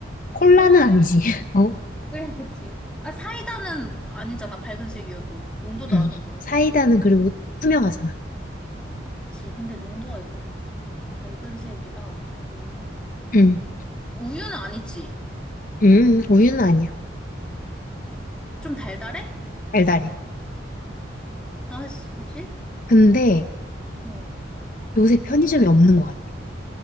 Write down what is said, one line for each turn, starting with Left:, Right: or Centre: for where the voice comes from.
Left: 콜라는
Centre: 그러면,
Left: 아니지. <laughs> 어?
Centre: 그래, 그치. 아, 사이다는 아니잖아, 밝은 색이어도. 농도도
Left: 응.
Centre: 아니고. 막.
Left: 사이다는 그리고 투명하잖아.
Centre: 아, 그치. 근데 농도가 있고. 밝은 색이다. 그러면은,
Left: 응.
Centre: 우유는 아니지.
Left: 응, 우유는 아니야.
Centre: 좀 달달해?
Left: 달달해.
Centre: 아씨, 뭐지?
Left: 근데
Centre: 어.
Left: 요새 편의점이 없는 것 같아.